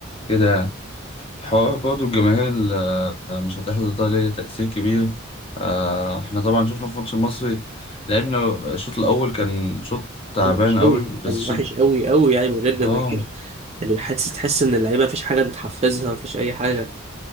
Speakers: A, on the left; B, on the right.
A: كده يعني. حوار برضه الجماهير ال- مش هتحضر ده ليه تأثير كبير آه، احنا طبعا شفنا في الماتش المصري لعبنا الشوط الأول كان شوط تعبان
B: وحش
A: قوي
B: قوي
A: بس
B: كان
A: شوط
B: وحش قوي قوي يعني من غير جماهير
A: اه
B: الحادث تحس ان اللعيبه مفيش حاجه بتحفزها مفيش اي حاجه